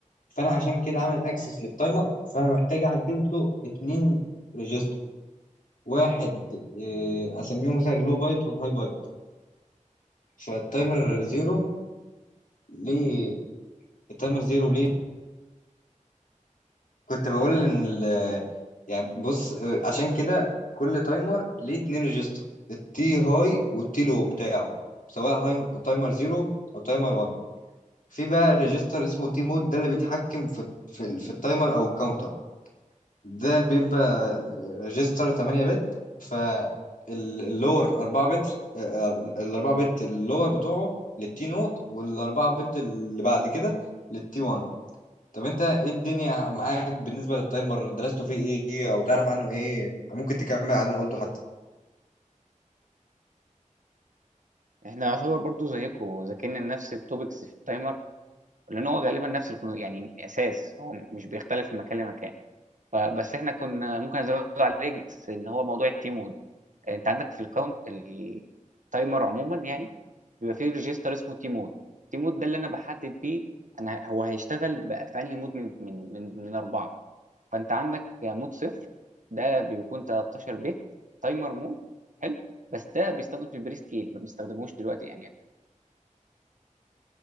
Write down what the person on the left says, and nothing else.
فانا عشان كده عامل اكسس للتايمر فانا محتاج احجز له اثنين ريجستر واحد إيه اسميه مثلا اللو بايت والهاي بايت فالتايمر زيرو ليه التايمر زيرو ليه كنت بقول ان ال... يعني بص آه، عشان كده كل تايمر ليه اتنين ريجستر التي هاي والتي لو بتاعه سواء هاي تايمر زيرو او تايمر 1 في بقى ريجستر اسمه تي مود ده اللي بيتحكم في في, ال- في التايمر او الكاونتر ده بيبقى ريجستر 8 بت فاللور 4 بت آه، ال 4 بت اللور بتوعه للتي نود وال 4 بت اللي بعد كده للتي 1 طب انت ايه الدنيا معاك بالنسبة للتايمر درسته فيه ايه او تعرف عنه ايه ممكن تكمل على اللي انا قلته حتى